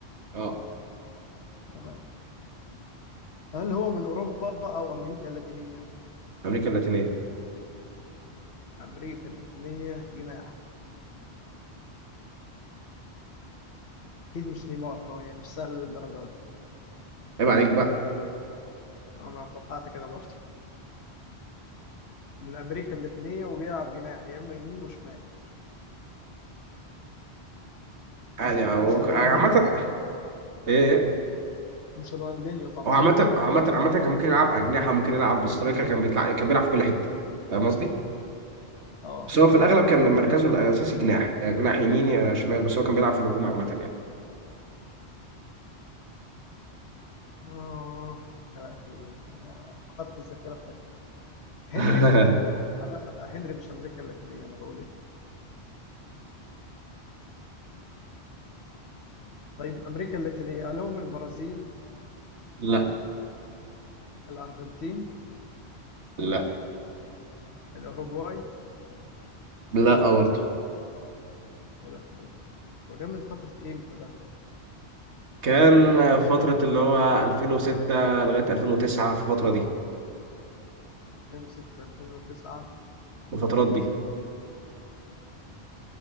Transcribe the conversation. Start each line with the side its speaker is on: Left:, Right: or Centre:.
Right: اه
Left: تمام هل هو من اوروبا او امريكا اللاتينيه
Right: امريكا اللاتينيه
Left: امريكا اللاتينيه جناح اكيد مش نيمار هو يعني مش سهل للدرجه دي
Right: عيب عليك بقى
Left: انا توقعت كده برضه من امريكا اللاتينيه وبيلعب جناح يا اما يمين وشمال
Right: يعني أو-
Left: مش رونالدينيو
Right: عامه ايه إيه؟
Left: مش رونالدينيو طبعا
Right: هو عامة عامة عامة كان ممكن يلعب أجنحة ممكن يلعب سترايكر كان بيطلع كان بيلعب في كل حتة فاهم قصدي؟
Left: اه
Right: بس هو في الأغلب كان مركزه الأساسي جناح يا جناح يمين يا شمال بس هو كان بيلعب في الهجوم عامة يعني
Left: اه يا لهوي انا فقدت الذاكره فجاه هنري
Right: <laughs>
Left: لا هنري مش امريكا اللاتينيه انا بقول ايه طيب امريكا اللاتينيه هل هو من البرازيل
Right: لا
Left: الارجنتين
Right: لا
Left: الاوروغواي
Right: لا برضه
Left: يا لهوي وده من فتره امتى ده
Right: كان فترة اللي هو 2006 لغاية 2009 في الفترة دي
Left: 2006 2009
Right: الفترات دي